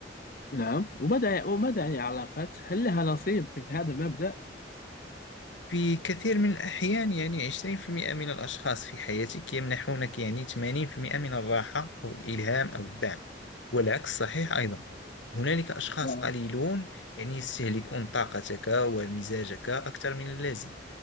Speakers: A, on the left (about 50°); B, on the left (about 85°).
A: نعم وماذا وماذا عن العلاقات؟ هل لها نصيب من هذا المبدأ؟
B: في كثير من الأحيان يعني 20% من الأشخاص في حياتك يمنحونك يعني 80% من الراحة أو الإلهام أو الدعم والعكس صحيح أيضا هنالك أشخاص
A: نعم
B: قليلون يعني يستهلكون طاقتك ومزاجك أكثر من اللازم